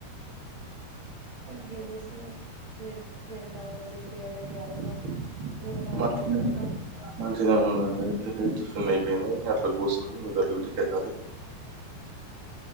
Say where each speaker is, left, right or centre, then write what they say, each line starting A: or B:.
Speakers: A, on the right (about 65°); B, on the right (about 35°).
A: చెప్పండి ఏం చేస్తున్నారు మీరు మీరెలా ఉన్నది ఇప్పుడు ఎండకి ఆరోగ్యం మీరన్నా కాపాడుకుంటాలా
B: మంచిగా మంచిగా ఉందండి టిఫిన్లు అయిపోయినాయి అట్ల కూర్చున్నామ్ ఇంకా డ్యూటీకి వెళ్ళాలి